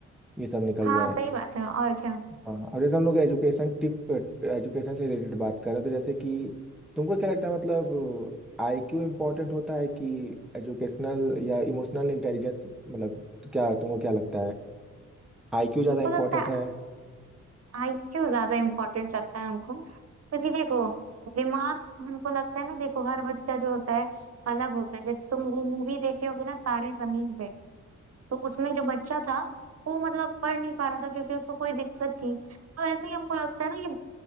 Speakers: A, in the centre; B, on the right (about 55°).
A: ये सब निकल
B: हाँ
A: जाए
B: सही बात है और क्या
A: हाँ अब जैसे हम लोग एजुकेशन टिप एजुकेशन से रिलेटेड बात कर रहे हैं तो जैसे कि तुमको क्या लगता है मतलब आईक्यू इम्पोर्टेंट होता है कि एजुकेशनल या इमोशनल इंटेलिजेंस मतलब क्या तुमको क्या लगता है आईक्यू ज़्यादा
B: हमको
A: इम्पोर्टेंट
B: लगता है
A: है
B: आईक्यू ज्यादा इम्पोर्टेंट लगता है हमको क्योंकि देखो दिमाग हमको लगता है ना देखो हर बच्चा जो होता है अलग होता है जैसे तुम वो मूवी देखे होगे ना तारे जमीन पे तो उसमें जो बच्चा था वो मतलब पढ़ नहीं पा रहा था क्योंकि उसको कोई दिक्कत थी तो ऐसे ही हमको लगता है ना ये